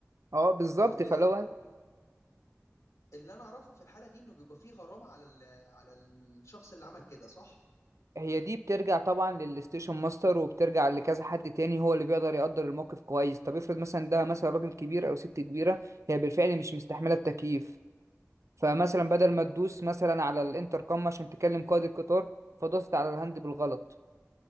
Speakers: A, on the right; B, on the left.
A: اه بالظبط
B: آه، و-
A: فلو
B: وبس اللي انا اعرفه في الحاله دي انه بيبقى فيه غرامه على ال- على الشخص اللي عمل كده صح
A: هي دي بترجع طبعا للستيشن ماستر وبترجع لكذا حد تاني هو اللي بيقدر يقدر الموقف كويس طب افرض مثلا ده مثلا راجل كبير او ست كبيره هي بالفعل مش مستحمله التكييف فمثلا بدل ما تدوس مثلا على الانتركم عشان تكلم قائد القطار فدوست على الهاند بالغلط